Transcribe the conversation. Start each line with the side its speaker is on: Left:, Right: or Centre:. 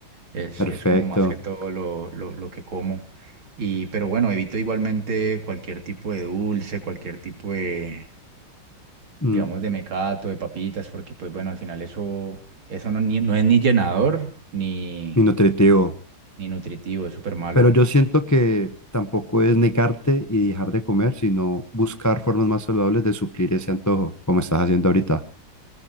Right: Es,
Left: Perfecto.
Right: es como más que todo lo, lo, lo que como. Y, pero bueno, evito igualmente cualquier tipo de dulce, cualquier tipo de,
Left: Mm,
Right: digamos, de mecato, de papitas, porque pues bueno, al final eso, eso no, ni- no es ni llenador ni,
Left: y nutritivo.
Right: ni nutritivo, es súper malo.
Left: Pero yo siento que tampoco es negarte y dejar de comer, sino buscar formas más saludables de suplir ese antojo, como estás haciendo ahorita.